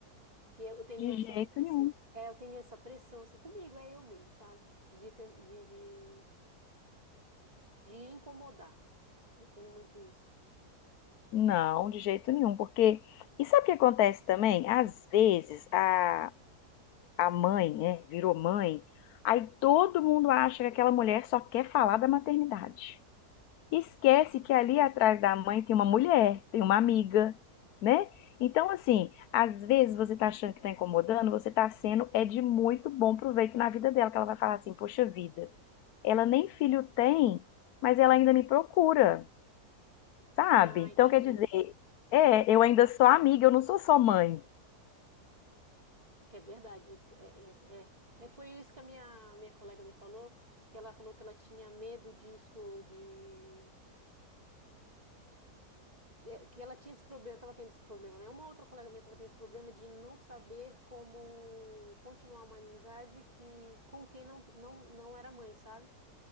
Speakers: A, on the right; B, on the left.
A: Que eu eu tenho
B: De
A: essa,
B: jeito
A: esse,
B: nenhum.
A: é, eu tenho essa pressão, assim, comigo, é eu mesmo, sabe? De, ten- de, de, de incomodar. Eu tenho muito isso.
B: Não, de jeito nenhum, porque. E sabe o que acontece também? Às vezes a, a mãe, né, virou mãe, aí todo mundo acha que aquela mulher só quer falar da maternidade. Esquece que ali atrás da mãe tem uma mulher, tem uma amiga, né? Então, assim, às vezes você tá achando que tá incomodando, você tá sendo, é de muito bom proveito na vida dela, que ela vai falar assim, poxa vida, ela nem filho tem, mas ela ainda me procura, sabe?
A: Ah,
B: Então,
A: entendi.
B: quer dizer, é, eu ainda sou amiga, eu não sou só mãe.
A: É verdade isso. É, é, é. É, foi isso que a minha, minha colega me falou, que ela falou que ela tinha medo disso, de... é, que ela tinha esse problema, estava tendo esse problema, né? Uma outra colega minha estava tendo esse problema de não saber como continuar uma amizade que, com quem não, não, não era mãe, sabe?